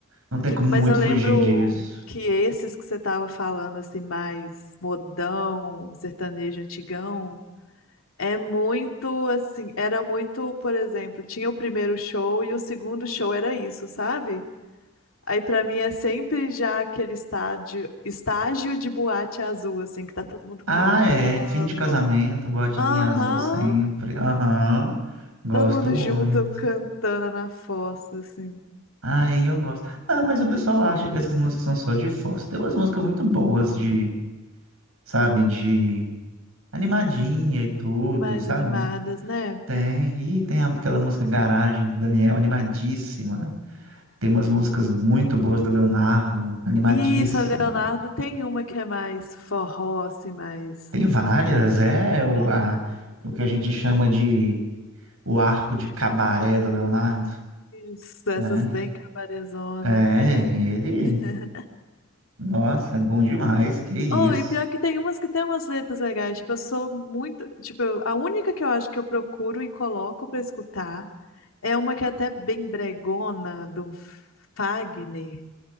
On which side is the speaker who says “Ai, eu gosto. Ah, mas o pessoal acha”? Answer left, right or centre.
Right